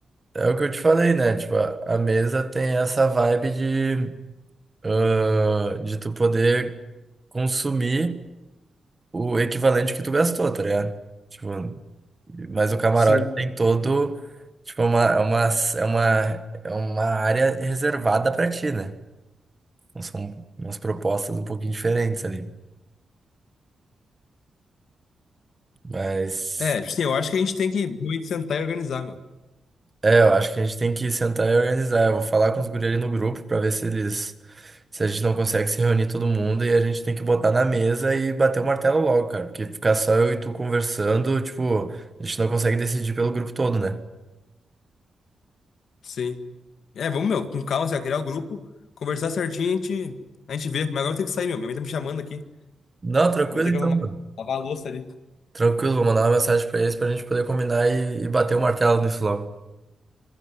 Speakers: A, on the right; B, on the left.
A: É o que eu te falei, né? Tipo, a, a mesa tem essa vibe de, ah, de tu poder consumir o equivalente que tu gastou, tá ligado? Tipo, mas o camarote
B: Sim.
A: tem todo, tipo, é uma, é uma, é uma, é uma área reservada pra ti, né? Então são umas propostas um pouquinho diferentes ali. Mas
B: É, tipo assim, eu acho que a gente tem que realmente sentar e organizar, meu.
A: É, eu acho que a gente tem que sentar e organizar. Eu vou falar com os guri ali no grupo pra ver se eles. Se a gente não consegue se reunir todo mundo e a gente tem que botar na mesa e bater o martelo logo, cara. Porque ficar só eu e tu conversando, tipo, a gente não consegue decidir pelo grupo todo, né?
B: Sim. É, vamos, meu, com calma, assim, ó, criar o grupo, conversar certinho, a gente, a gente vê. Mas agora eu tenho que sair, meu. Minha mãe tá me chamando aqui.
A: Não, tranquilo
B: Vou ter
A: então,
B: que arrumar,
A: mano.
B: lavar a louça ali.
A: Tranquilo, vou mandar uma mensagem pra eles pra gente poder combinar e, e bater o martelo nisso logo.